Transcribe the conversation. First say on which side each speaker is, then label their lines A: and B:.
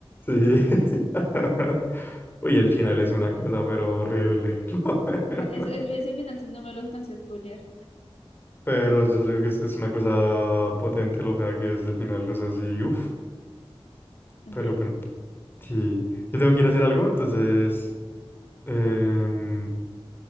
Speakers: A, on the left; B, on the left.
A: Sí. <laughs> Uy, el final es una cosa, pero horrible. <laughs> La verdad.
B: No, es- es- ese final sí no me lo alcancé a spoilear.
A: Pero yo solo digo que es, es una cosa potente lo fea que es el final, o sea, sí, uff.
B: ¿En
A: Pero
B: serio?
A: bueno, sí. Yo tengo que ir a hacer algo, entonces. em,